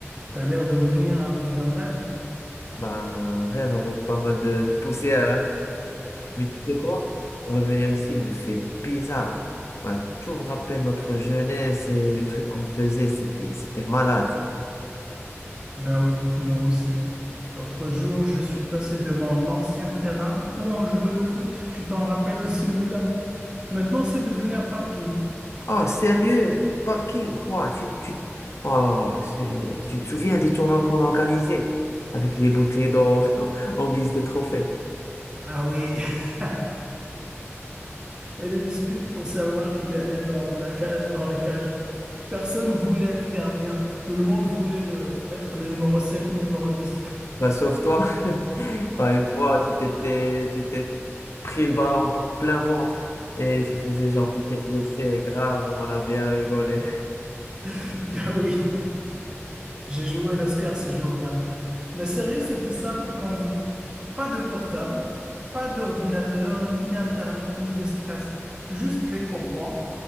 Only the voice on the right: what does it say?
T'as l'air de revenir un- d'un rêve.
Ben oui, moi aussi. L'autre jour, je suis passé devant l'ancien terrain où on jouait au foot. Tu t'en rappelles de celui-là? Maintenant, c'est devenu un parking.
Ah oui, <laughs> et les disputes pour savoir qu'il allait dans la ca- dans les cages. Personne voulait être gardien. Tout le monde voulait le- être le numéro 7 ou numéro 10.
<laughs> Ben oui. J'ai joué l'Oscar ce jour-là. Mais sérieux, c'était simple comme vie. Pas de portable, pas d'ordinateur, ni d'internet, ni de stress. Juste les copains,